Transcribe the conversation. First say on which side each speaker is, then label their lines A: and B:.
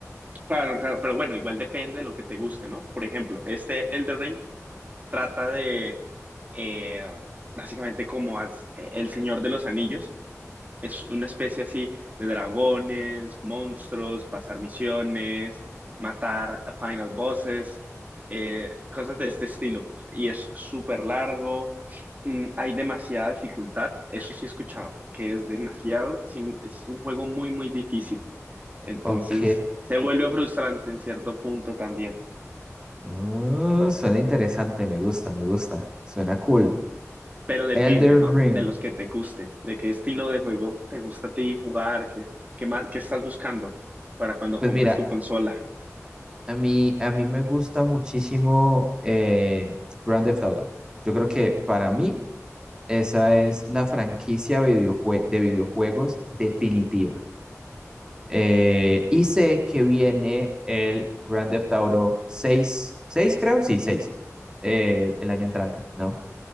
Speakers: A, on the right (about 30°); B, on the right (about 15°).
A: claro, claro, pero bueno, igual depende de lo que te guste, ¿no? Por ejemplo, este Elden Ring trata de, eh, básicamente como as- eh, el Señor de los Anillos, es una especie así de dragones, monstruos, pasar misiones, matar a final bosses, eh, cosas de este estilo. Y es súper largo, mm, hay demasiada dificultad, eso sí he escuchado, que es demasiado, sí, es un juego muy, muy difícil. Entonces
B: Ok.
A: se vuelve frustrante en cierto punto también.
B: Mm, suena interesante, me gusta, me gusta. Suena cool.
A: Pero depende,
B: Elder
A: ¿no?
B: Ring.
A: De los que te guste, de qué estilo de juego te gusta a ti jugar, qué, qué más, qué estás buscando para cuando
B: Pues
A: compres
B: mira.
A: tu consola.
B: A mí, a mí me gusta muchísimo eh, Grand Theft Auto. Yo creo que para mí esa es la franquicia videojue- de videojuegos definitiva. Eh, y sé que viene el Grand Theft Auto seis, 6 creo, sí, 6, eh, el año entrante, ¿no?